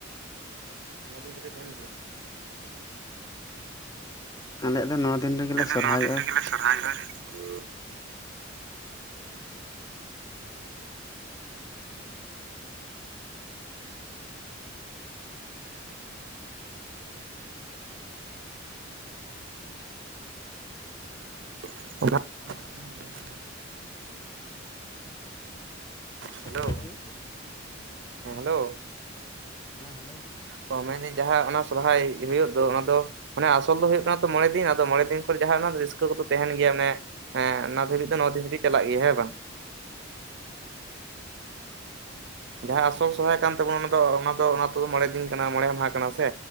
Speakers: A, on the right; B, on the left.
A: ᱱᱚ ᱫᱤᱱ ᱛᱮ ᱛᱟᱦᱮᱱ ᱜᱮᱭᱟ
B: ᱟᱞᱮᱭᱟᱜ ᱫᱚ ᱱᱚ ᱫᱤᱱ ᱨᱮᱜᱮ ᱞᱮ
A: ᱟᱞᱮ ᱫᱚ
B: ᱥᱚᱨᱦᱟᱭᱚᱜ-ᱟ
A: ᱱᱚ <inaudible> <unintelligible> ᱦᱮᱞᱳ
B: ᱦᱮᱸ
A: ᱦᱮᱸ ᱦᱮᱞᱳ
B: ᱦᱮᱸ ᱦᱮᱞᱳ
A: ᱚ ᱢᱮᱱᱫᱟᱹᱧ ᱡᱟᱦᱟᱸ ᱚᱱᱟ ᱥᱚᱨᱦᱟᱭ ᱦᱩᱭᱩᱜ ᱫᱚ ᱚᱱᱟ ᱫᱚ ᱢᱟᱱᱮ ᱟᱥᱚᱞ ᱫᱚ ᱦᱩᱭᱩᱜ ᱠᱟᱱᱟ ᱛᱚ ᱢᱚᱬᱮ ᱫᱤᱱ ᱟᱫᱚ ᱢᱚᱬᱮ ᱫᱤᱱ ᱠᱷᱚᱱ ᱡᱟᱦᱟᱸ ᱨᱟᱹᱥᱠᱟᱹ ᱠᱚᱫᱚ ᱛᱟᱦᱮᱱ ᱜᱮᱭᱟ ᱢᱟᱱᱮ ᱦᱮᱸ ᱚᱱᱟ ᱫᱷᱟᱹᱵᱤᱡ ᱫᱚ ᱱᱚ ᱫᱤᱱ ᱜᱮ ᱪᱟᱞᱟᱜ ᱜᱮᱭᱟ ᱦᱮᱸ ᱵᱟᱝ ᱡᱟᱦᱟᱸ ᱟᱥᱚᱞ ᱥᱚᱦᱨᱟᱭ ᱠᱟᱱ ᱛᱟᱵᱚᱱᱟ ᱚᱱᱟ ᱫᱚ ᱚᱱᱟ ᱫᱚ ᱚᱱᱟ ᱫᱚ ᱢᱚᱬᱮ ᱫᱤᱱ ᱠᱟᱱᱟ ᱢᱚᱬᱮ ᱢᱟᱦᱟ ᱠᱟᱱᱟ ᱥᱮ